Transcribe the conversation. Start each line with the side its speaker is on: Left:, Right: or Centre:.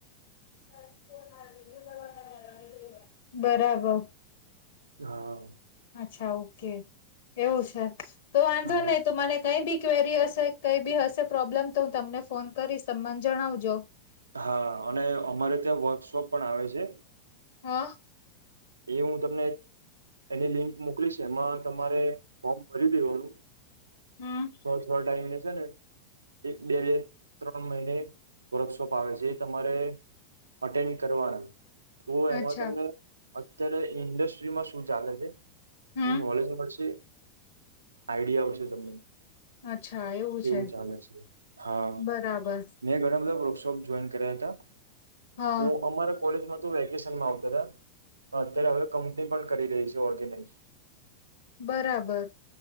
Left: <unintelligible> બરાબર.
Right: હા.
Left: અચ્છા ઓકે એવું છે, તો વાંધો
Right: હા.
Left: નહી તો મને કઈ બી ક્વેરી હશે કઈ બી હશે પ્રોબ્લેમ તો હું તમને ફોન કરીશ તમ મને જણાવજો.
Right: હા અને અમારે ત્યાં વર્કશોપ પણ આવે છે.
Left: હા.
Right: એ હું તમને એની લિંક મોકલી છે એમાં તમારે, ફોર્મ ભરી દેવાનું.
Left: હમ
Right: બ થોડો ટાઈમે છે ને. એક બે બે ત્રણ મહિને વર્કશોપ આવે છે એ તમારે અટેન કરવાના. તો એમાં
Left: અચ્છા
Right: તમને, અત્યારે ઇન્ડસ્ટ્રીમાં શું ચાલે છે.
Left: હમ
Right: એને નોલેજ મળશે આઈડિયા આવશે તમને.
Left: અચ્છા એવું
Right: કેવું
Left: છે
Right: ચાલે છે, હા,
Left: બરાબર
Right: મે ઘણા બધા બ્રો કશોપ જોઈન કર્યા હતા,
Left: હા
Right: તો અમારા કોલેજ વેકેશનમાં આવતા. અત્યારે હવે કંપની પણ કરી રહી છે ઓર્ગેનાઈઝ.
Left: બરાબર.